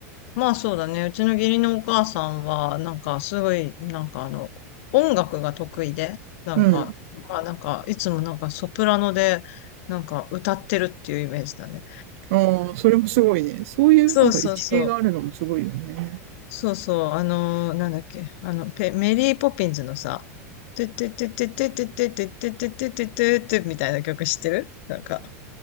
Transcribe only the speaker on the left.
まあそうだね。うちの義理のお母さんは、なんかすごい、なんかあの、音楽が得意で、なんか、
まあなんか、いつもなんかソプラノで、なんか歌ってるっていうイメージだね。
そうそうそう。そうそう。あのーなんだっけ。あの、ペメリーポピンズのさ、てててててててててててててててみたいな曲知ってるなんか。